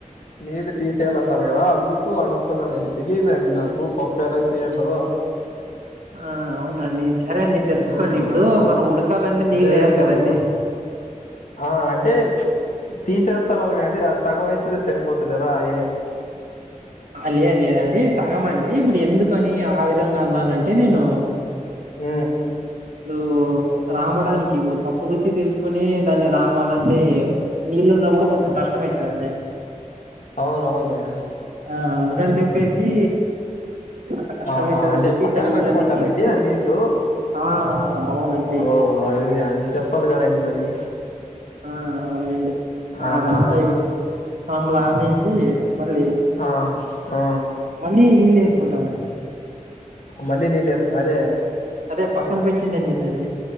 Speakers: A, on the left; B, on the right.
A: నీ తీసేయాలన్నారు కదా అందుకు అడుగుతున్నా నడితే లేదండి నాకు పప్పు ఎలా చేయాలో
B: ఆ అవునండి సరే అండి తెలుసుకోండి
A: మ్మ్
B: ఇప్పుడు
A: అంది
B: మనం ఉడకాలంటే
A: అదే
B: నీళ్ళు
A: అదే
B: వేయాలి
A: తెలుసుకుంటా
B: కదండి
A: ఆ అంటే తీసేస్తన్నారు కాండి అది సగం వయసే సరిపోద్దు కదా అయ
B: లేద లేదండి సగం అంటడి ఇప్పుడు ఎందుకని ఆ విధంగా అన్నానంటే నేను
A: ఉ
B: ఇప్పుడు రామడానికి ఇప్పుడు పప్పుగుత్తి తీసుకొని దాన్ని రామాలంటే. నీళ్ళలు ఉన్నప్పు కూడా కొంచెం కష్టం అవుతుందిండి.
A: అవునవునులేండి.
B: ఆ అందుకని చెప్పేసి. అట్లా కష్టం
A: ఆహా
B: అయితదని
A: అంటే
B: చెప్పి
A: పక్కన
B: ఇట్లా నీళ్ళని
A: పెట్టుకుంటారండి
B: తీసు
A: ఆ నీళ్ళ
B: ఆ అవునండి
A: ఓ. అది అది చెప్పాలి కదండి మళ్ళీ.
B: ఆ అవునండి ఆ
A: ఆహా
B: అదంతా ఇ మామలు రామేసి మళ్ళీ
A: ఆ ఆ.
B: మళ్ళీ నీళ్ళు వేసుకుంటామండి.
A: మళ్ళనిల్ లేసు అదే.
B: అదే పక్కన పెట్టిండే నీళ్ళండి